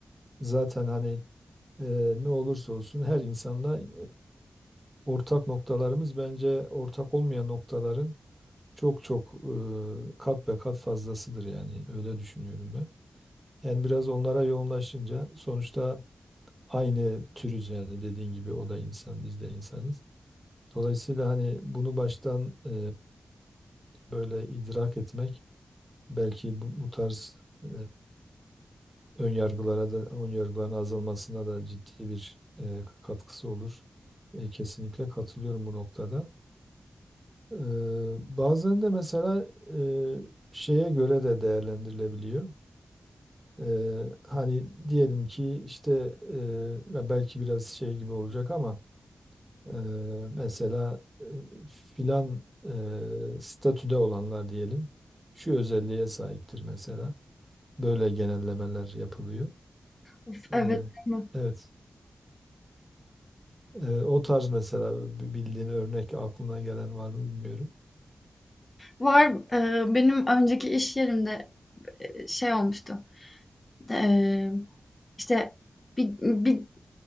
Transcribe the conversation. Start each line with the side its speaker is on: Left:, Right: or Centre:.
Right: Zaten hani e, ne olursa olsun her insanla e, ortak noktalarımız bence ortak olmayan noktaların çok çok e, kat be kat fazlasıdır yani öyle düşünüyorum ben. Yani biraz onlara yoğunlaşınca sonuçta aynı türüz yani dediğin gibi o da insan biz de insanız. Dolayısıyla hani bunu baştan e, böyle idrak etmek belki bu, bu tarz e, ön yargılara da ön yargıların azalmasına da ciddi bir e, katkısı olur. E, kesinlikle katılıyorum bu noktada. E, bazen de mesela e, şeye göre de değerlendirilebiliyor. E, hani diyelim ki işte e, ya belki biraz şey gibi olacak ama e, mesela e, filan e, statüde olanlar diyelim şu özelliğe sahiptir mesela. Böyle genellemeler yapılıyor.
Left: Of, evet,
Right: E,
Left: değil mi?
Right: evet. Ee, o tarz mesela bildiğin örnek aklına gelen var mı bilmiyorum.
Left: Var, eee, benim önceki iş yerimde, eee, şey olmuştu. Eee, işte, bir bir